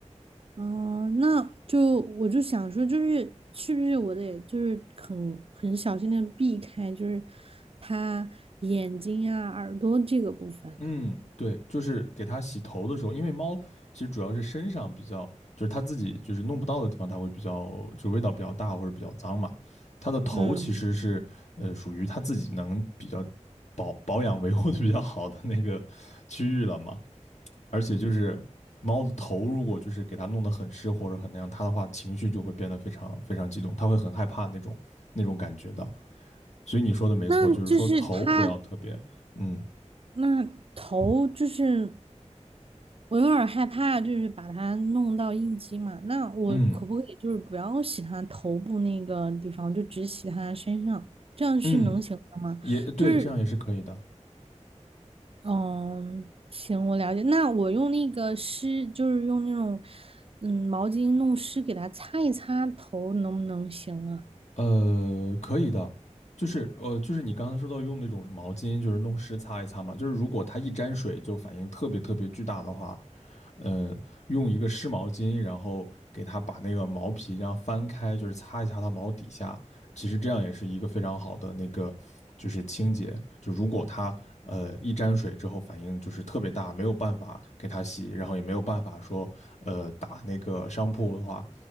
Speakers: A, on the right; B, on the left.
A: 嗯，那就我就想说，就是是不是我得就是很很小心的避开，就是他眼睛啊、耳朵这个部分。
B: 嗯，对，就是给它洗头的时候，因为猫其实主要是身上比较，就是它自己就是弄不到的地方，它会比较就味道比较大或者比较脏嘛。它的头其实是呃属于它自己能比较
A: 嗯，
B: 保保养维护的比较好的那个区域了嘛。而且就是猫的头，如果就是给它弄得很湿或者很那样，它的话情绪就会变得非常非常激动，它会很害怕那种那种感觉的。所以你说的没错，
A: 那就是他
B: 就是说头不要特别，嗯
A: 那头，就是我有点儿害怕，就是把它弄到应激嘛。那我可不可以就是不要洗他头部那个地方，
B: 嗯
A: 就只洗他身上，这样是能行的吗？
B: 嗯，也对，
A: 就是
B: 这样也是可以的，
A: 嗯，行，我了解。那我用那个湿，就是用那种嗯毛巾弄湿，给它擦一擦头，能不能行啊？
B: 呃，可以的。就是呃，就是你刚才说到用那种毛巾，就是弄湿擦一擦嘛。就是如果它一沾水就反应特别特别巨大的话，呃，用一个湿毛巾，然后给它把那个毛皮这样翻开，就是擦一下它毛底下。其实这样也是一个非常好的那个，就是清洁。就如果它呃一沾水之后反应就是特别大，没有办法给它洗，然后也没有办法说呃打那个商铺的话，